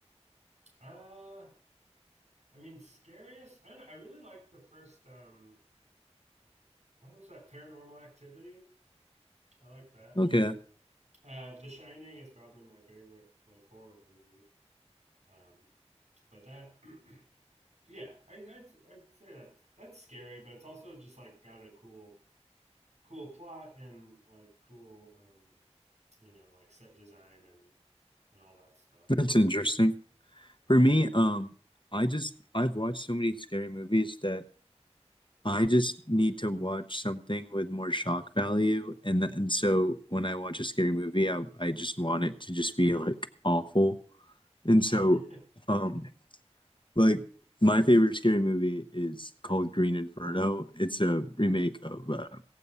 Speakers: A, on the right (about 75°); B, on the left (about 45°).
A: Uh, I mean, scariest. I don't know, I really like the first. Um, what was that? Paranormal Activity. I like that one.
B: Okay,
A: Uh, The Shining is probably my favorite like horror movie. Um, but that <clears throat> yeah, I, I'd I'd say that that's scary, but it's also just like got a cool cool plot and like cool um you know like set design and and all that stuff.
B: that's interesting.
A: Yeah.
B: For me, um, I just I've watched so many scary movies that I just need to watch something with more shock value, and th and so when I watch a scary movie, I I just want it to just be like awful, and
A: <coughs>
B: so. Um, Like my favorite scary movie is called Green Inferno. It's a remake of uh,